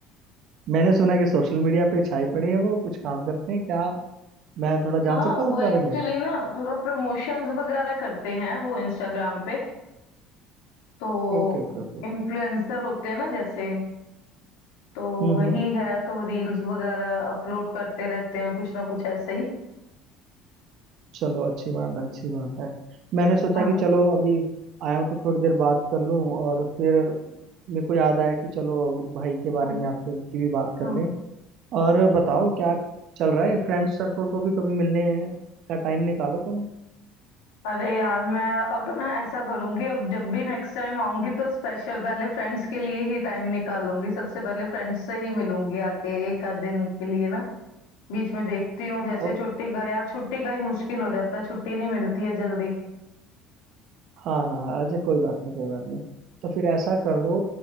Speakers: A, on the right; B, on the left.
A: मैंने सुना है कि सोशल मीडिया पे छाई पड़ी है वो कुछ काम करते हैं क्या मैं थोड़ा
B: हाँ
A: जान सकता हूँ
B: वो
A: उस बारे
B: एक्चुअली
A: में
B: ना थोड़ा प्रमोशंस वगैरह करते हैं वो इंस्टाग्राम पे तो
A: Okay okay okay okay
B: इन्फ्लुएंसर होते हैं ना जैसे तो
A: हम्म
B: वही
A: हम्म
B: है तो वो रील्स वगैरह अपलोड करते रहते हैं कुछ ना कुछ ऐसे ही
A: चलो अच्छी बात है अच्छी बात है मैंने सोचा
B: हाँ
A: कि चलो अभी आया हूँ तो थोड़ी देर बात कर लूँ और फिर मेरे को याद आया कि चलो भाई के बारे
B: <clears throat> हाँ
A: में आपके की भी बात कर
B: हाँ
A: लें और बताओ क्या चल रहा है फ्रेंड सर्कल को भी कभी मिलने का टाइम निकालो तुम
B: अरे यार मैं अब ना ऐसा करूंगी अब जब भी नेक्स्ट टाइम आऊंगी तो स्पेशल पहले फ्रेंड्स के लिए ही टाइम निकालूंगी सबसे पहले फ्रेंड्स से ही मिलूंगी आके एक आध दिन के लिए ना बीच में देखती हूँ जैसे
A: और
B: छुट्टी का यार छुट्टी का ही मुश्किल हो जाता है छुट्टी नहीं मिलती है जल्दी
A: हाँ हाँ हाँ अच्छा कोई बात नहीं कोई बात नहीं तो फिर ऐसा कर लो